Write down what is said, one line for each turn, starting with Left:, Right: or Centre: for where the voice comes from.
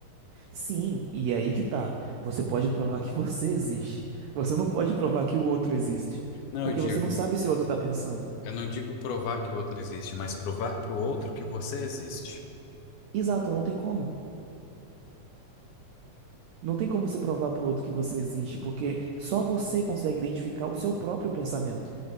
Right: Sim, e aí que tá. Você pode provar que você existe. Você não pode provar que o outro existe.
Left: Não,
Right: Porque
Left: eu digo.
Right: você não sabe se o outro está pensando.
Left: Eu não digo provar que o outro existe, mas provar para o outro que você existe.
Right: Exato, não tem como. Não tem como você provar pro outro que você existe, porque só você consegue identificar o seu próprio pensamento.